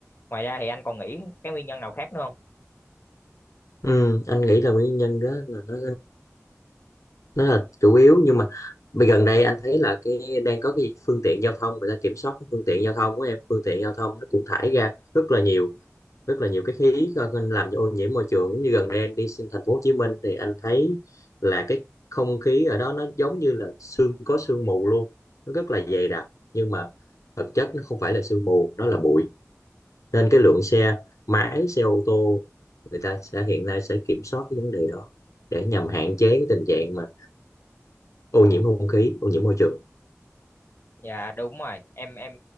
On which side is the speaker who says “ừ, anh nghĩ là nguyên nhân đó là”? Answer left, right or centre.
Left